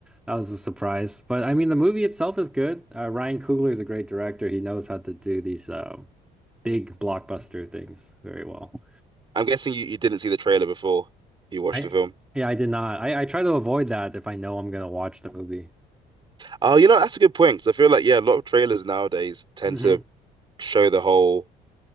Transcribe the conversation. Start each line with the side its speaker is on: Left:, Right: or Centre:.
Centre: that was a surprise. But I mean, the movie itself is good. Uh, Ryan Coogler is a great director. He knows how to do these uh, big blockbuster things very well.
Right: I'm guessing you, you didn't see the trailer before you watched
Centre: I
Right: the film.
Centre: yeah, I did not. I, I try to avoid that if I know I'm gonna watch the movie.
Right: Oh, you know, that's a good point 'cause I feel like yeah, a lot of trailers nowadays tend
Centre: hmm
Right: to show the whole